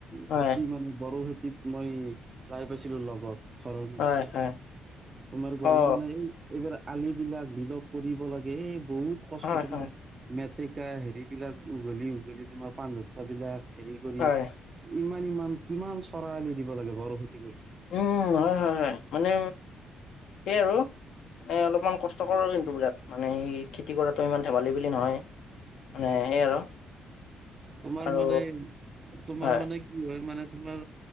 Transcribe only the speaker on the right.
খেতি মানে বড়ো খেতি - মই যায় পাইছিলো লগত ঘৰৰ মানে
তোমাৰ গলে
মানে এই এইবাৰ আলিবিলাক বিলগ কৰিব লাগে এই বহুত কষ্ট
তোমাৰ
দিগদাৰ হেৰি বিলাক উঘলি উঘলি তোমাৰ পাণ লতা বিলাক হেৰি
ই ইমান কিমান চৰালি দিব লাগে বৰ সেই
তোমাৰ
মানে তোমাৰ
মানে কি হয় মানে তোমাৰ